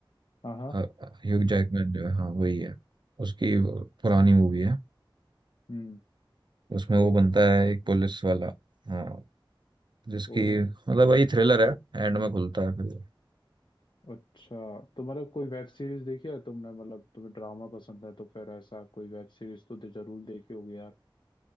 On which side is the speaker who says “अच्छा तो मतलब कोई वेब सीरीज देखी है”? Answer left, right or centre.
Left